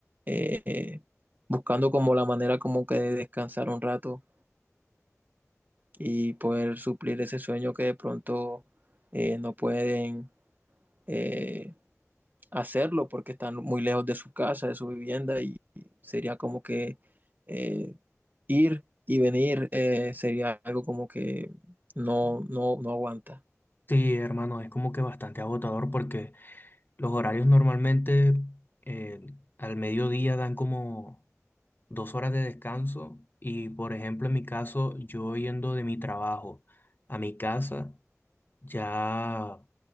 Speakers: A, on the right (about 35°); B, on the left (about 40°).
A: eh, eh, buscando como la manera como que de descansar un rato y poder suplir ese sueño que de pronto eh, no pueden eh, hacerlo porque están muy lejos de su casa, de su vivienda y sería como que eh, ir y venir eh, sería algo como que no, no, no aguanta.
B: Sí, hermano, es como que bastante agotador porque los horarios normalmente eh, al mediodía dan como dos horas de descanso y por ejemplo en mi caso yo yendo de mi trabajo a mi casa ya